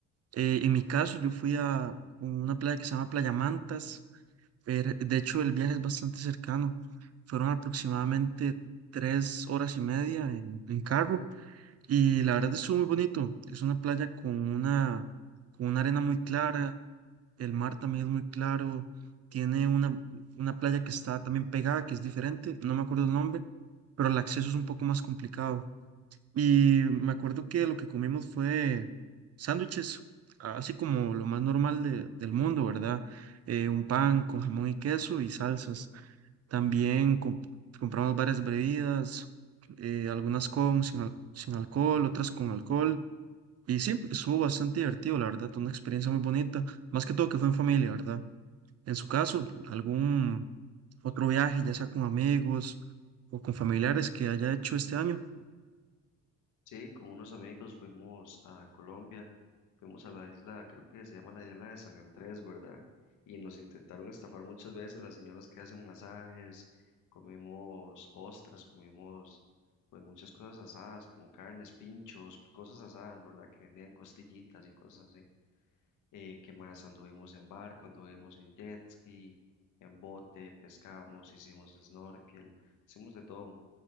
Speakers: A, on the right (about 55°); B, on the left (about 85°).
A: Eh, en mi caso, yo fui a una playa que se llama Playa Mantas. pero, de hecho, el viaje es bastante cercano. Fueron aproximadamente tres horas y media en, en carro y la verdad estuvo muy bonito. Es una playa con una, con una arena muy clara, el mar también es muy claro. Tiene una, una playa que está también pegada, que es diferente. No me acuerdo el nombre, pero el acceso es un poco más complicado. Y me acuerdo que lo que comimos fue sándwiches, así como lo más normal de- del mundo, ¿verdad? Eh, un pan con jamón y queso y salsas. También comp- compramos varias bebidas, eh, algunas con, sin, al- sin alcohol, otras con alcohol. Y sí, estuvo bastante divertido, la verdad, una experiencia muy bonita. Más que todo que fue en familia, ¿verdad? En su caso, algún otro viaje, ya sea con amigos o con familiares que haya hecho este año.
B: Sí, con unos amigos fuimos a Colombia, fuimos a la isla, creo que se llama la isla de San Andrés, ¿verdad? Y nos intentaron estafar muchas veces las señoras que hacen masajes, comimos ostras, comimos pues muchas cosas asadas, como carnes, pinchos, cosas asadas, ¿verdad? Que vendían costillitas y cosas así. Eh, ¿qué más? Anduvimos en barco, anduvimos en jet ski, en bote, pescamos, hicimos snorkel, hicimos de todo